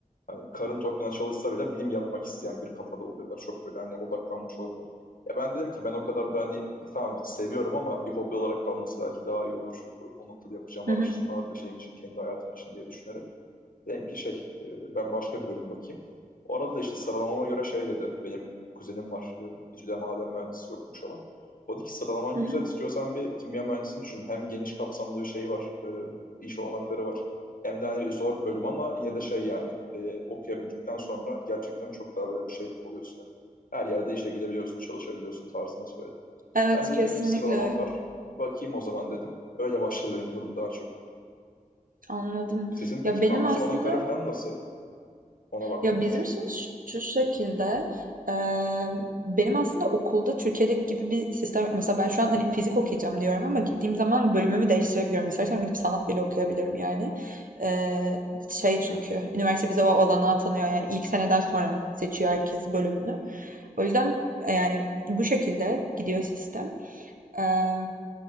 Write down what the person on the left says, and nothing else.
hani karın tokluğuna çalışsa bile bilim yapmak isteyen bir kafada oluyorlar. Çok böyle hani odaklanmış oluyorlar. Ya ben dedim ki ben o kadar da hani e, tamam seviyorum ama bir hobi olarak kalması belki daha iyi olur. O noktada yapacağım
araştırmalar
ve şeyim için kendi hayatım için diye düşünerek. Dedim ki şey e, ben başka bir bölüm bakayım. O arada da işte sıralamama göre şey dedi. Benim kuzenim var. E, İTÜ'de maden mühendisi yokmuş olan. O dedi ki sıralaman
güzel.
istiyorsan bir kimya mühendisini düşün. Hem geniş kapsamlı bir şey var. E, iş olanakları var. Hem de hani zor bir bölüm ama yine de şey yani e, okuyabildikten sonra gerçekten çok daha böyle bir şey oluyorsun. Hani her yerde işe gidebiliyorsun, çalışabiliyorsun tarzında söyledi.
Ben de
dedim bir sıralamam
var. Bakayım o zaman dedim. Öyle başladı benim durum daha çok.
Sizin peki
kampüs
olanakları falan nasıl? Ona baktın
mı
hiç?